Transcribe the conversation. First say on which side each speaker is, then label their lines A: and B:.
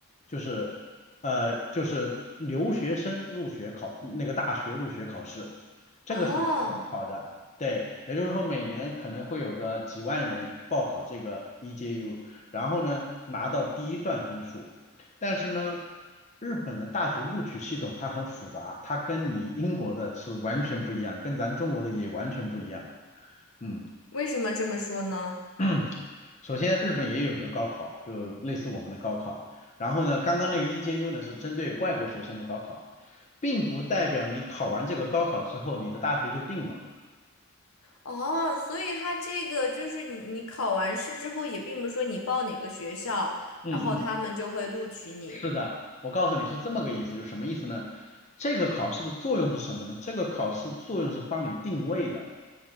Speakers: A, on the left (about 30°); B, on the left (about 75°).
A: 就是呃就是留学生入学考那个大学入学考试，这个是统一考的。
B: 哦，
A: 对，也就是说每年可能会有个几万人报考这个 EJU，然后呢拿到第一段分数，但是呢，日本的大学录取系统它很复杂，它跟你英国的是完全不一样，跟咱中国的也完全不一样。嗯，
B: 为什么这么说呢？
A: <clears throat> 首先日本也有一个高考，就类似我们的高考。然后呢，刚刚那个 EJU 呢是针对外国学生的高考，并不代表你考完这个高考之后，你的大学就定了。
B: 哦，所以他这个就是你，你考完试之后，也并不是说你报哪个学校，
A: 嗯嗯，
B: 然后他们就会录取你，
A: 是的，我告诉你是这么个意思，就什么意思呢？这个考试的作用是什么呢？这个考试作用是帮你定位的，